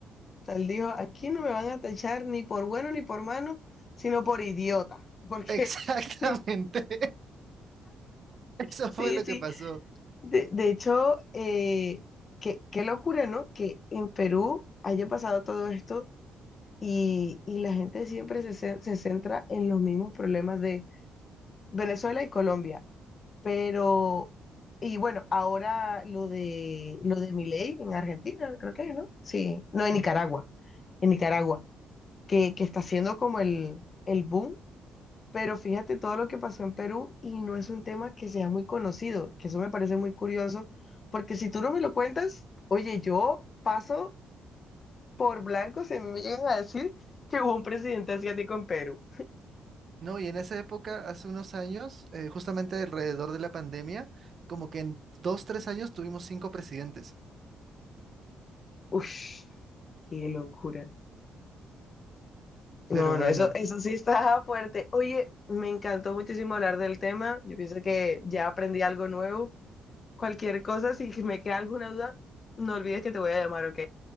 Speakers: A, on the left (about 40°); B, on the right (about 50°).
A: Tal dijo, aquí no me van a tachar ni por bueno ni por malo, sino por idiota. Porque,
B: <laughs> Exactamente,
A: <laughs>
B: eso
A: sí,
B: fue lo
A: sí.
B: que pasó.
A: De, de hecho, eh, qué, qué locura, ¿no? Que en Perú haya pasado todo esto y, y la gente siempre se, cen- se centra en los mismos problemas de Venezuela y Colombia. Pero, y bueno, ahora lo de lo de Milei en Argentina, creo que, ¿no? Sí, no, en
B: Sí.
A: Nicaragua, en Nicaragua, que, que está siendo como el, el boom, pero fíjate todo lo que pasó en Perú y no es un tema que sea muy conocido, que eso me parece muy curioso, porque si tú no me lo cuentas, oye, yo paso por blanco si a mí me llegan a decir que hubo un presidente asiático en Perú.
B: No, y en esa época, hace unos años, eh, justamente alrededor de la pandemia, como que en dos, tres años tuvimos cinco presidentes.
A: Uf, qué locura. No,
B: Pero bueno,
A: no, eso, eso sí está fuerte. Oye, me encantó muchísimo hablar del tema. Yo pienso que ya aprendí algo nuevo. Cualquier cosa, si me queda alguna duda, no olvides que te voy a llamar, ¿ok?